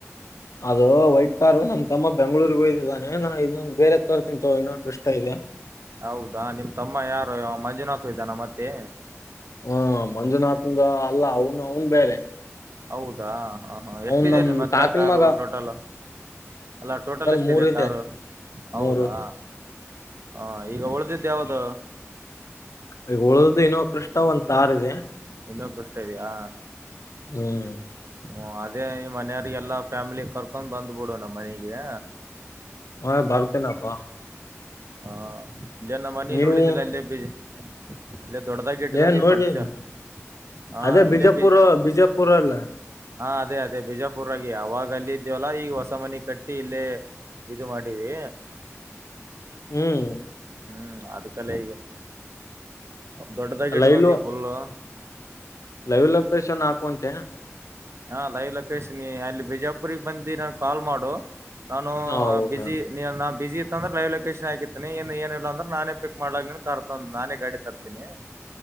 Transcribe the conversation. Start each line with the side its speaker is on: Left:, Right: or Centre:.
Left: ಅದೂ ವೈಟ್ ಕಾರು ನಮ್ ತಮ್ಮ ಬೆಂಗ್ಳೂರಿಗ್ ಹೊಯಿದಾನೆ ನಾ ಇನ್ನೊಂದ್ ಬೇರೆದ್ ತರ್ತಿನ್ ತಗೊ ಇನ್ನೊಂದ್ ಕ್ರಿಷ್ಟ ಇದೇ.
Right: ಹೌದಾ ನಿಮ್ ತಮ್ಮ ಯಾರು ಮಂಜುನಾಥ್ ಇದ್ದಾನ ಮತ್ತೆ.
Left: ಹಾಂ ಮಂಜುನಾಥಂದ ಅಲ್ಲ ಅವ್ನ್ ಅವ್ನ್ ಬೇರೆ.
Right: ಹೌದಾ ಹಾಂ ಹಾಂ ಎಷ್ಟಿದೆ
Left: ಅವ್ನ್ ನಮ್
Right: ನಿಮ್ ಹತ್ರ
Left: ಕಾಕನ್
Right: ಕಾರು
Left: ಮಗ
Right: ಟೋಟಲ್. ಅಲ್ಲ ಟೋಟಲ್ ಎಷ್ಟಿದೆ
Left: ಮೂರ್ ಇದೆ
Right: ಕಾರು ಹೌದಾ.
Left: ಮೂರು
Right: ಹಾಂ ಈಗ್ ಉಳ್ದಿದ್ದ್ ಯಾವ್ದು.
Left: ಈಗ್ ಉಳ್ದಿದ್ದ್ ಇನ್ನೊಂದ್ ಕ್ರಿಷ್ಟ ಒಂದ್ ತಾರ್ ಇದೇ.
Right: ಇನ್ನೊಂದ್ ಕ್ರಿಷ್ಟ ಇದ್ಯಾ.
Left: ಹ್ಮ್.
Right: ಹು ಅದೇ ನಿಮ್ ಮನೆಯವ್ರಿಗ್ ಎಲ್ಲಾ ಫ್ಯಾಮಿಲಿ ಕರ್ಕೊಂದ್ ಬಂದ್ಬುಡು ನಮ್ ಮನೆಗೇ.
Left: ಹಾಂ ಬರ್ತಿನ್ ಅಪ.
Right: ಹಾಂ ಇಲ್ಲೇ ನಮ್ ಮನೆ
Left: ನೀವು
Right: ನೋಡಿದ್ದಿಲ್ಲ ಇಲ್ಲೇ ಬೀದಿ. ಅದೆ ದೊಡ್ಡದಾಗಿ ಇಟ್ಕಂದಿ
Left: ಏನ್ ನೋಡಿ
Right: ಫಂಕ್ಷನ್. ಹಾ
Left: ಅದೇ ಬಿಜಾಪುರ್
Right: ಇಲ್ಲೇ ಬಿ
Left: ಬಿಜಾಪುರ ಅಲ್ಲ.
Right: ಹಾ ಅದೇ ಅದೇ ಬಿಜಾಪುರಾಗಿ ಅವಾಗ ಅಲ್ಲ ಇದ್ಯವಲ್ಲ ಈಗ ಹೊಸ ಮನಿ ಕಟ್ಟಿ ಇಲ್ಲೇ. ಇದು ಮಾಡೀವಿ.
Left: ಹ್ಮ್
Right: ಹ್ಮ್ ಅದಿಕ್ಕಲೇ ಈಗ ದೊಡ್ಡದಾಗಿ ಇಟ್ಕೊಂಡೀವಿ
Left: ಲೈವ್
Right: ಫುಲ್ಲು.
Left: ಲೈವ್ ಲೊಕೇಶನ್ ಹಾಕು ಅಂತ.
Right: ಹಾಂ ಲೈವ್ ಲೊಕೇಶನಿ ಅಲ್ಲಿ ಬಿಜಾಪುರಿಗೆ ಬಂದು ನನಗೆ ಕಾಲ್ ಮಾಡು ನಾನು
Left: ಹ ಓಕೆ
Right: ಬ್ಯುಸಿ. ನೀ ನಾ ಬಿಸಿ ಇತ್ತಂದ್ರೆ ಲೈವ್ ಲೊಕೇಶನ್ ಹಾಕತಿನೀ ಏನಿಲ್ಲ ಅಂದ್ರ ನಾನೇ ಪಿಕ್ ಮಾಡಲ ಕರ್ ತಂದು ನಾನೇ ಗಾಡಿ ತರ್ತೀನಿ.